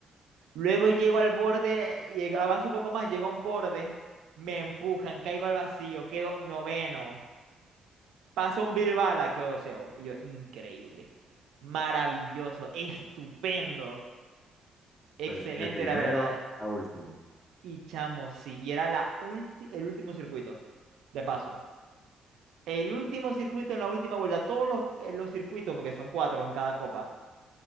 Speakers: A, on the right; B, on the left.
A: Luego llego al borde, y avanzo un poco más, llego a un borde, me empujan, caigo al vacío, quedo noveno. Pasa un Bilbala, quedo doceavo. Y yo, increíble, maravilloso, estupendo, excelente
B: O sea, de, de primero
A: la verdad.
B: a último.
A: Y chamo, sí, y era la ulti- el último circuito, de paso. El último circuito en la última vuelta, todos los, eh, los circuitos, porque son cuatro en cada copa.